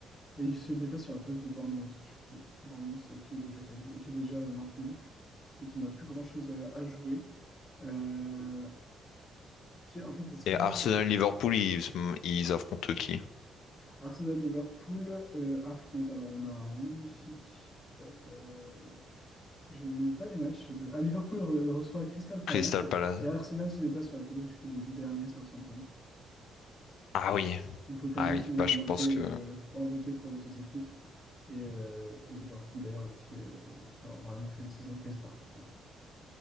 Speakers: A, on the left (about 40°); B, on the left (about 75°).
A: Et il se déplace sur la pelouse de Bournemouth, du coup. Bournemouth euh, qui est déjà quali- et qui est déjà euh, maintenu et qui n'a plus grand-chose à, à jouer. Euh, qui, en fait, ce
B: Et
A: qui reste,
B: Arsenal, Liverpool, ils, ils affrontent qui?
A: Arsenal-Liverpool euh, affronte. Alors, on a un magnifique. euh, euh, je n'ai pas les matchs. De... Ah, Liverpool re- reçoit Crystal Palace
B: Crystal
A: et,
B: Palace.
A: et Arsenal se déplace sur la pelouse du, coup, de- du dernier Southampton.
B: Ah oui,
A: Donc, l'occasion
B: ah
A: de
B: oui,
A: finir
B: bah
A: en
B: je
A: beauté,
B: pense que.
A: euh, en beauté pour les deux équipes. Et, euh, et Liverpool, d'ailleurs, qui, euh, qui a vraiment fait une saison quasi parfaite. hein.